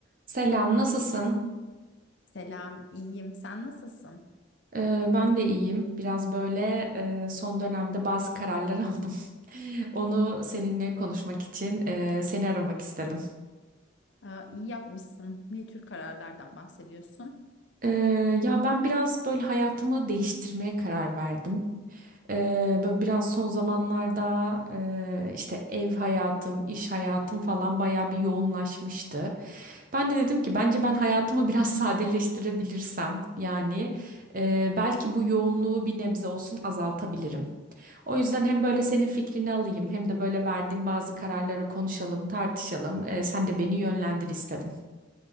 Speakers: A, on the right; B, on the left.
A: Selam, nasılsın?
B: Selam, iyiyim. Sen nasılsın?
A: Ee, ben de iyiyim. Biraz böyle e, son dönemde bazı kararlar <laughs> aldım. Onu seninle konuşmak için e, seni aramak istedim.
B: Aa, iyi yapmışsın. Ne tür kararlardan bahsediyorsun?
A: Ee, ya ben biraz böyle hayatımı değiştirmeye karar verdim. Ee, böyle biraz son zamanlarda e, işte ev hayatım, iş hayatım falan bayağı bir yoğunlaşmıştı. Ben de dedim ki bence ben hayatımı <laughs> biraz sadeleştirebilirsem yani e, belki bu yoğunluğu bir nebze olsun azaltabilirim. O yüzden hem böyle senin fikrini alayım hem de böyle verdiğim bazı kararları konuşalım, tartışalım. Ee, sen de beni yönlendir istedim.